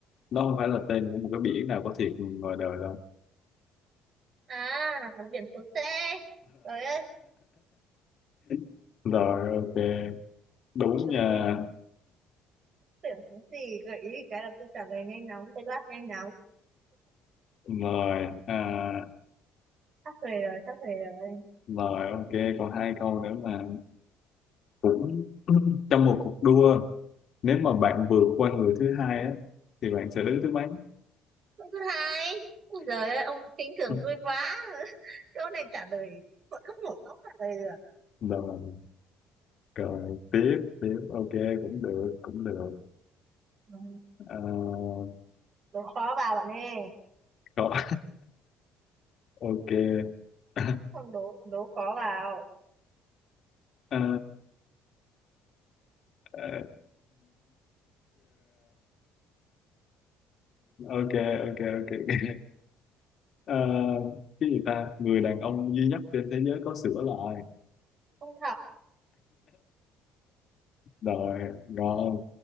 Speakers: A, on the left (about 55°); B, on the right (about 50°).
A: nó không phải là tên của một cái biển nào có thiệt ngoài đời đâu
B: à biển số C trời ơi
A: <laughs> rồi ok đúng
B: tôi
A: nha
B: tưởng cái gì gợi ý cái là tôi trả lời nhanh nóng tôi đáp nhanh nóng
A: rồi à,
B: sắp về rồi sắp về rồi
A: rồi ok còn hai câu nữa mà cũng <clears throat> trong một cuộc đua nếu mà bạn vượt qua người thứ hai á thì bạn sẽ đứng thứ mấy
B: câu thứ hai Ôi giời ơi ông lại khinh thường
A: <laughs>
B: tôi quá câu này trả lời bọn không nổi không trả lời được
A: rồi, rồi tiếp tiếp ok cũng được cũng được
B: Ừ.
A: à,
B: Đố khó vào bạn ơi.
A: rồi, <laughs> ok <laughs>
B: Không đố, đố khó vào.
A: à, à, ok ok ok <laughs> à, cái gì ta người đàn ông duy nhất trên thế giới có sữa lại
B: Không học,
A: rồi ngon